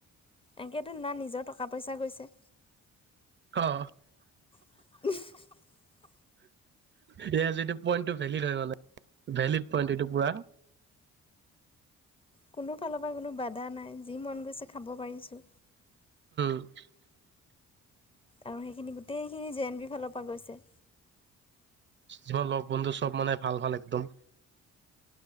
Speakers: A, on the left; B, on the right.
A: এনেকেতো না নিজৰ টকা পইচা গৈছে।
B: অ।
A: <unintelligible>
B: সেয়া যিটো পইণ্টটো ভেলিড হয় মানে। ভেলিড পইণ্ট এইটো পুৰা
A: কোনো ফালৰ পৰা কোনো বাধা নাই যি মন গৈছে খাব পাৰিছোঁ।
B: <unintelligible>
A: আৰু সেইখিনি গোটেইখিনি জে এন বি ফালৰ পৰা গৈছে।
B: যিমান লগ বন্ধু চব মানে ভাল ভাল একদম।